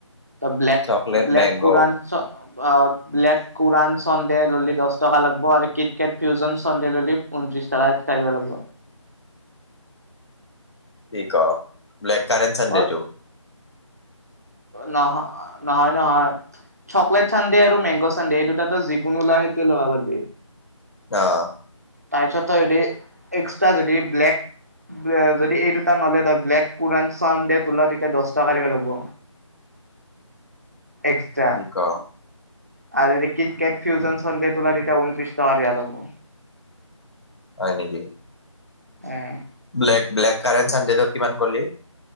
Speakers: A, on the right; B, on the left.
A: তো ব্লেক
B: চকলেট
A: ব্লেক
B: মেংগ
A: কোৰান চো আহ ব্লেক কোৰান চন্দে ল'লি দহ টকা লাগব আৰু কিট কেট ফিউজনছ্ ল'লি উনত্ৰিশ টকা একটা দিব লাগিব।
B: ঠিক অহ ব্লেককাৰেণ্
A: অ
B: চান্ডেটো
A: নহ নহয় নহয় চকলেট চান্ডে আৰু মেংগ' চান্ডে এই দুটাতো যিকোনো লোৱা সেইটোৱে ল'বা পাৰবি
B: অ'
A: তাৰপিছত তই যদি এক্সট্ৰা যদি ব্লেক উএ যদি এই দুটা ন'লে ধৰ ব্লেক কুৰান চানডে তোলা তেতিয়া দহ টকা দিব লাগব এক্সট্ৰা
B: কি ক
A: আৰু যদি কিট কেট ফিউজন চান্ডে তোলা তেতিয়া ঊনত্ৰিছ টকা দিবা লাগব।
B: হয় নেকি?
A: উম
B: ব্লেক ব্লেক কাৰেন চানডেটো কিমান কলি